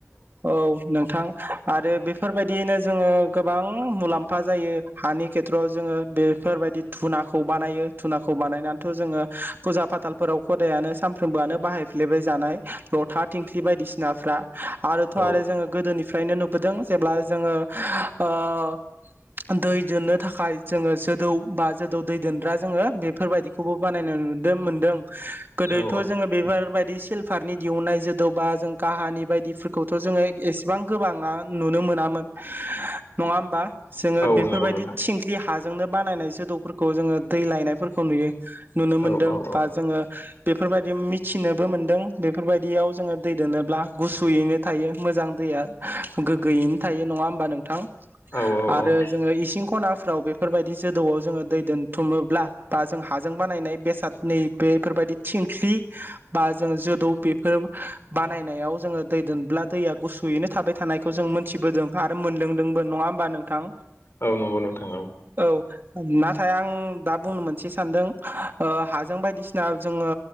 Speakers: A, on the right (about 45°); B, on the left (about 60°).
A: औ नोंथां आरो बेफोरबायदियैनो जोङो गोबां मुलाम्फा जायो हानि खे थ्र'वाव जोङो बेफोरबायदि धुनाखौ बानायो धुनाखौ बानायनानैथ' जोङो फुजा फाथालफोराव खदायानो सानफ्रोमबोआनो बाहायफ्लेबाय जानाय लथा, थिंख्लि बायदिसिनाफ्रा आरोथ'
B: औ
A: आरो जोङो गोदोनिफ्रायनो नुबोदों जेब्ला जोङो ओ दै दोननो थाखाय जोङो जोदौ बा जोदौ दै दोनग्रा जोङो बेफोरबायाददिखौबो बानायनो नुदों मोनदों गोदोथ'
B: औ
A: जोङो बेफोरबायदि सिल फारनि दिहुननाय जोदौबा जों काहानि बायदिफोरखौथ' जोङो एसेबां गोबाङा नुनो मोनामोन नङा होमबा जोङो
B: औ
A: बेफोरबायदि
B: नंगौ नोंथां
A: थिंख्लि हाजोंनो बानायनाय जोदौफोरखौ जोङो दै लायनायफोरखौ नुयो नुनो
B: औ
A: मोनदों
B: औ
A: बा जोङो बेफोरबायदि मिथिनोबो मोनदों बेफोरबायदियाव जोङो दै दोनोब्ला गुसुयैनो थायो मोजां दैया गोग्गोयैनो थायो नङा होमबा नोंथां
B: औ औ
A: आरो जोङो इसिं खनाफ्राव बेफोरबायदि जोदौआव जोङो दै दोनथुमोब्ला बा जों हाजों बानायनाय बेसाद नै बेफोरबायदि थिंख्लि बा जों जोदौ बेफोर बानायनायाव जोङो दै दोनब्ला दैया गुसुयैनो थाबाय थानायखौ जों मोनथिबोदों आरो मोनलोंदोंबो नङा होमबा नोंथां
B: औ नंगौ नोंथां औ
A: औ नाथाय आं दा बुंनो मोनसे सानदों ओ हाजों बायदिसिना जोङो